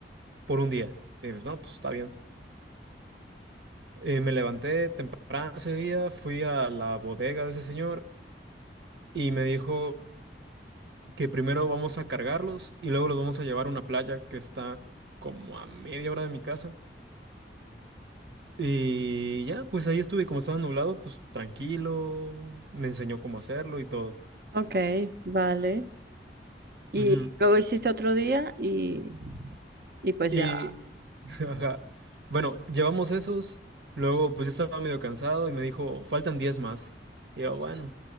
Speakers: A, on the right; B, on the right.
A: por un día. Y pues, no, pues está bien. Eh, me levanté temprano ese día, fui a la bodega de ese señor y me dijo que primero vamos a cargarlos y luego los vamos a llevar a una playa que está como a media hora de mi casa. Y ya, pues ahí estuve, como estaba nublado, pues tranquilo, me enseñó cómo hacerlo y todo.
B: ok, vale. Y
A: Ujú.
B: luego hiciste otro día y, y pues
A: Y,
B: ya.
A: <laughs> ajá, bueno, llevamos esos, luego pues ya estaba medio cansado y me dijo, faltan 10 más. Y yo, bueno,